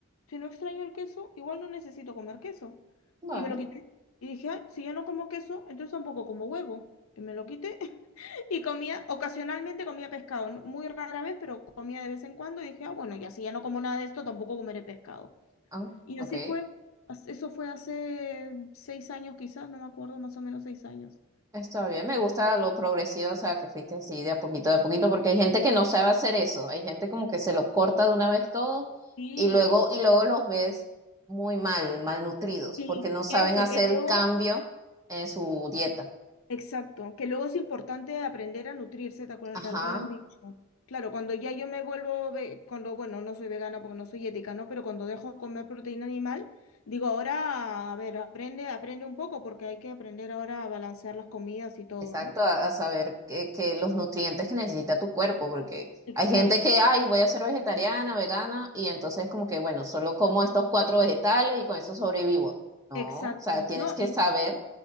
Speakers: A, on the left; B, on the right.
A: si no extraño el queso, igual no necesito comer queso.
B: bueno,
A: Y me lo quité. Y dije, ah, si ya no como queso, entonces tampoco como huevo. Y me lo quité. <laughs> Y comía, ocasionalmente comía pescado. ¿no? Muy rara vez, pero comía de vez en cuando. Y dije, ah, bueno, ya si ya no como nada de esto, tampoco comeré pescado.
B: ah,
A: Y
B: ok,
A: así fue. As- Eso fue hace seis años quizás, no me acuerdo, más o menos seis años.
B: está bien. Me gusta lo progresivo, o sea, que fuiste así de a poquito, de a poquito, porque hay gente que no sabe hacer eso. Hay gente como que se lo corta de una vez todo
A: Sí,
B: y luego, y luego los ves muy mal, malnutridos,
A: sí,
B: porque no saben
A: eso,
B: hacer
A: que luego
B: el cambio en su dieta.
A: Exacto, que luego es importante aprender a nutrirse, tal cual,
B: Ajá.
A: tal cual has dicho. Claro, cuando ya yo me vuelvo, ve- cuando, bueno, no soy vegana porque no soy ética, ¿no? Pero cuando dejo de comer proteína animal, digo, ahora, a ver, aprende, aprende un poco porque hay que aprender ahora a balancear las comidas y todo,
B: Exacto,
A: ¿no?
B: a, a saber que, que los nutrientes que necesita tu cuerpo, porque
A: Exacto.
B: hay gente que, ay, voy a ser vegetariana, vegana, y entonces como que, bueno, solo como estos cuatro vegetales y con eso sobrevivo. No,
A: Exacto,
B: o sea, tienes
A: no,
B: que
A: y
B: saber